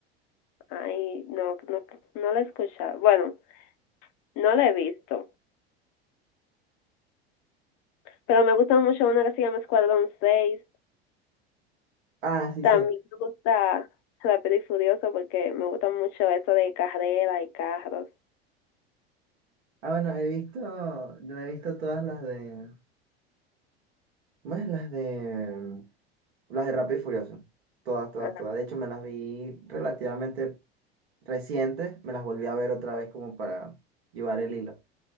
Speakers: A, on the left (about 50°); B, on the right (about 70°).
A: ay, no, no, no la he escuchado. Bueno, no la he visto, pero me gusta mucho una que se llama Escuadrón seis
B: Ah, sí
A: También me gusta Rápido y Furioso porque me gusta mucho eso de carrera y carros.
B: Ah, bueno, he visto, no he visto todas las de, más las de, las de Rápido y Furioso, todas, todas,
A: Ajá.
B: todas. De hecho, me las vi relativamente recientes, me las volví a ver otra vez como para llevar el hilo.